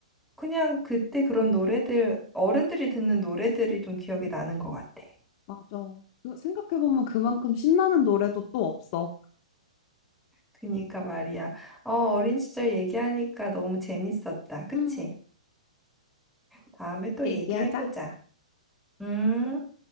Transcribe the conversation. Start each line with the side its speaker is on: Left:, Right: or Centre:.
Centre: 그냥 그때 그런 노래들, 어른들이 듣는 노래들이 좀 기억이 나는 것 같아.
Left: 맞아. 그- 생각해보면 그만큼 신나는 노래도 또 없어.
Centre: 그니까 말이야. 어, 어린 시절 얘기하니까 너무 재밌었다. 그치?
Left: 응,
Centre: 다음에 또
Left: 얘기하자.
Centre: 얘기해보자. 음.